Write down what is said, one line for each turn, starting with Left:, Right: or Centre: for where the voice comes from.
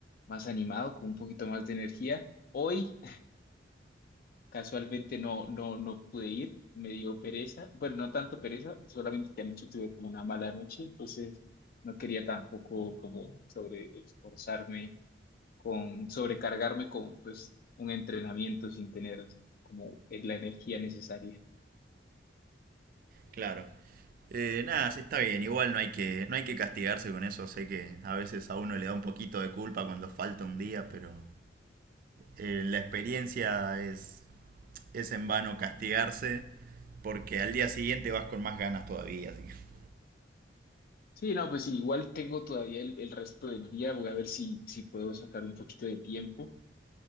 Left: más animado, con un poquito más de energía. Hoy Casualmente no, no, no pude ir, me dio pereza, bueno, no tanto pereza, solamente que anoche tuve como una mala noche, entonces no quería tampoco como sobre esforzarme con, sobrecargarme con pues un entrenamiento sin tener como en la energía necesaria.
Right: Claro. Eh, nada, sí, está bien, igual no hay que, no hay que castigarse con eso, sé que a veces a uno le da un poquito de culpa cuando falta un día, pero eh, la experiencia es, es en vano castigarse porque al día siguiente vas con más ganas todavía, así que...
Left: Sí, no, pues sí, igual tengo todavía el, el resto del día, voy a ver si, si puedo sacar un poquito de tiempo,